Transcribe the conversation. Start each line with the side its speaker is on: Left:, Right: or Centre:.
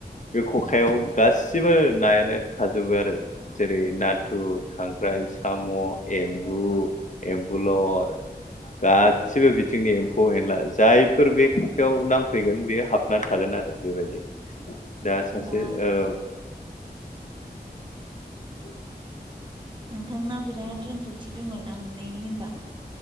Left: बे खखायाव गासिबो नायानो थाजोबो आरो। जेरै नाथुर खां फ्राय साम एम्बु एम बुलर गादसिबो बिथिंनि एम्फौ एनला जायफोर बे खखायाव नांफैगोन बेयो हाबनानै थागोन आरो। बेबायदि दा सासे
Right: बा
Left: औ। <inaudible>
Right: नोंथांनाव बिराद रोंगौथि दङ ना हम नायनि होनबा।